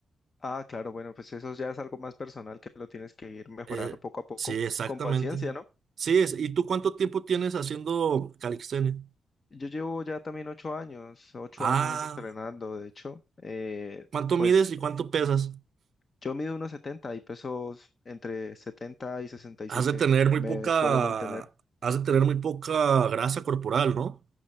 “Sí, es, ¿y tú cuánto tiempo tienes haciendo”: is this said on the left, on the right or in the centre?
Right